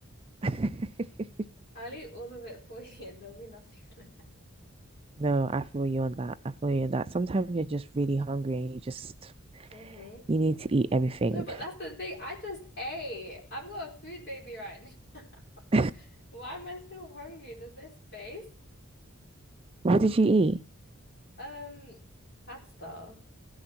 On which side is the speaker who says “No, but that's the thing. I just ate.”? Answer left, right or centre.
Left